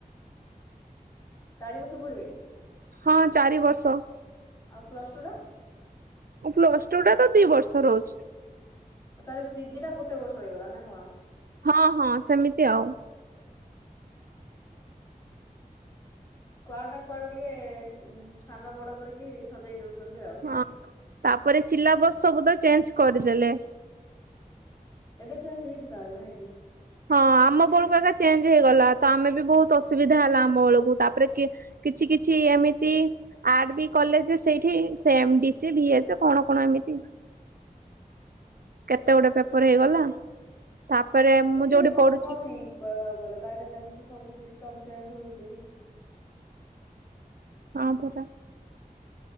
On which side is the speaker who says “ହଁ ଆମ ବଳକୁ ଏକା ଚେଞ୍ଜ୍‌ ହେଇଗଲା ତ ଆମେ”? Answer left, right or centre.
Right